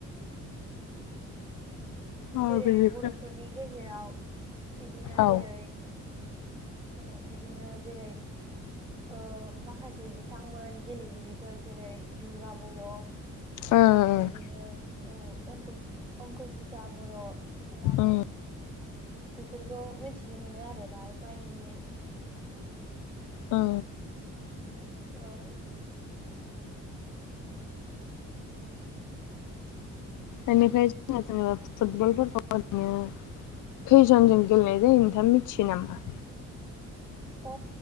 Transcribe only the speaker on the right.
जेरै
बरफोरनि गेजेराव इदिनो जेरै
अ बिदिनो जेरै ओ माखासे बिथांमोन गेलेगिरिफोर जेरै दुर्गा बर
आरो इदिनो ओ अंकुस अंकुसिता बर नङामोन
बेफोरखौ मिथिनो मोनो आरोना एफा एनैयै
औ
अ